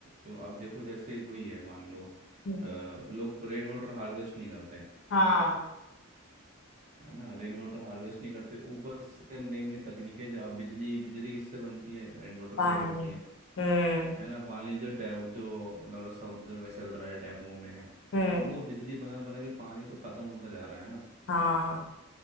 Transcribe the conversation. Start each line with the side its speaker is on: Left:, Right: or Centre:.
Right: जो अब देखो जैसे वही है मान लो
Left: हम्म।
Right: अ, लोग रेन वाटर हार्वेस्ट नहीं करते
Left: हाँ
Right: है ना रेन वाटर हार्वेस्ट नहीं करते ऊपर से नई नई तकनीकें जो अब बिजली बिजली किससे बनती है रेन वाटर
Left: पानी
Right: से ही बनती है
Left: हम्म
Right: है ना पानी जो डैम जो मतलब समुद्र में चल रहा है डैमों में है
Left: हम्म
Right: अब वो बिजली बना बना के पानी तो खत्म होता जा रहा है ना
Left: हाँ